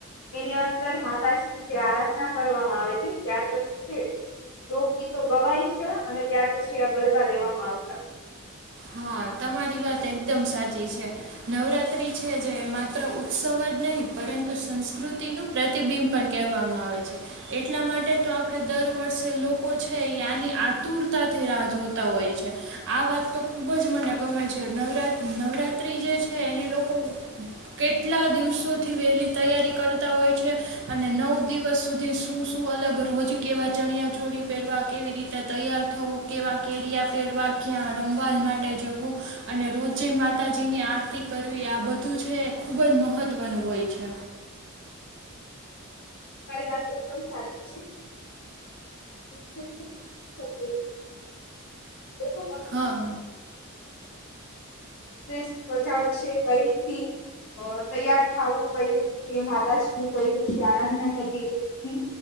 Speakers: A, on the left; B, on the right.
A: એની અંદર માતાજીની જે આરાધના કરવામાં આવે છે ત્યાર પછી છે રોગગીતો ગવાય છે અને ત્યાર પછી આ ગરબા લેવામાં આવતા
B: હા તમારી વાત એકદમ સાચી છે નવરાત્રિ છે જે એ માત્ર ઉત્સવ જ નહીં પરંતુ સંસ્કૃતિનું પ્રતિબિંબ પણ કહેવામાં આવે છે એટલા માટે તો આપણે દર વર્ષે લોકો છે એ આની આતુરતાથી રાહ જોતા હોય છે આ વાત તો ખૂબ જ મને ગમે છે નવરાત નવરાત્રિ જે છે એની લોકો કેટલા દિવસોથી વહેલી તૈયારી કરતા હોય છે અને નવ દિવસ સુધી શું શું અલગ રોજ કેવા ચણિયા ચોરી પહેરવા કેવી રીતે તૈયાર થવું કેવા કેળિયા પહેરવા ક્યાં રમવું વાલ માટે જવું અને રોજે માતાજીની આરતી કરવી આ બધું છે એ ખૂબ જ મહત્ત્વનું હોય છે
A: મારી વાત એકદમ સાચી છે <unintelligible> લોકો
B: હા
A: તે પ્રજા વચે છે કઈ રીતથી તૈયાર થાવું કઈ રીતથી માતાજીની કઈ રીતથી આરાધના કરવી એ